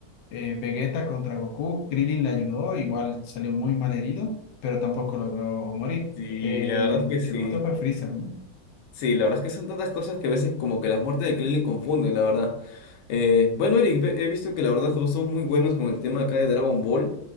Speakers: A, on the left; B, on the left.
A: eh, Vegeta contra Goku, Krillin le ayudó, igual salió muy mal herido, pero tampoco logró morir.
B: Sí,
A: Eh,
B: la verdad es
A: el
B: que sí.
A: que lo mató fue Freezer, ¿no?
B: Sí, la verdad es que son tantas cosas que a veces como que las muertes de Krillin confunden, la verdad. Eh, bueno, Eric, ve- he visto que la verdad vos son muy buenos con el tema acá de Dragon Ball.